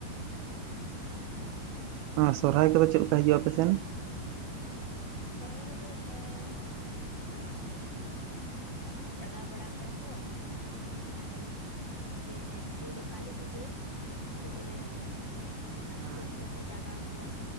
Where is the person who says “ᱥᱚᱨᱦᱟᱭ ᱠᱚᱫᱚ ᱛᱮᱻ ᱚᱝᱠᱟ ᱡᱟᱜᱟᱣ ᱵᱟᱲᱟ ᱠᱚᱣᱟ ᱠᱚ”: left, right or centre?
Left